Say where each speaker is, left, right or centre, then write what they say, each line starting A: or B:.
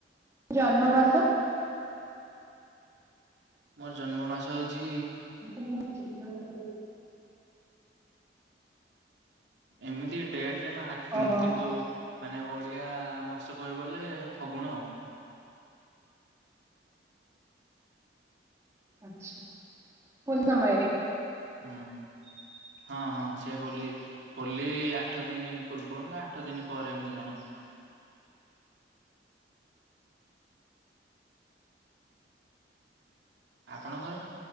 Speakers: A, on the right; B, on the right.
A: ଜନ୍ମ ମାସ।
B: ମୋର ଜନ୍ମ ମାସ ହଉଚି
A: <unintelligible>
B: ଏମିତି ଡେଟ ରେ ମୋ ଆ
A: ଓହୋ
B: କିନ୍ତୁ ମାନେ ଓଡିଆ ମାସ କହିବ ଗଲେ ଫଗୁଣ।
A: ଆଛା କୁନ୍ ସମୟରେ।
B: ହୁଁ ହଁ ହଁ ସେ ହୋଲି ହୋଲି ଆଠ ଦିନି ପୂର୍ବରୁ ନା ଆଠ ଦିନି ପରେ ଏମିତି କଣ। ଆପଣଙ୍କର?